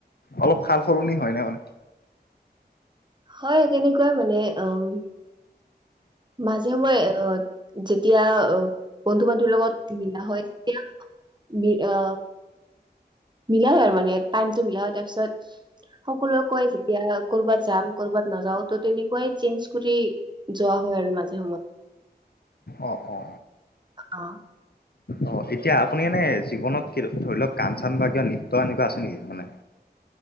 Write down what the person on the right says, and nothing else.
হয় তেনেকুৱাই মানে অম মাজে সময়ে অ যেতিয়া বন্ধু-বান্ধৱীৰ লগত বিয়া হয় তেতিয়া বি অ মিলা হয় আৰু মানে টাইমতটো মিলা হয় তাৰপিছত সকলোৱে কয় তেতিয়া ক'ৰবাত যাম ক'ৰবাত নাযাও ত তেনেকুৱাই চেঞ্জ কৰি যোৱা হয় আৰু মাজে সময়ে
অ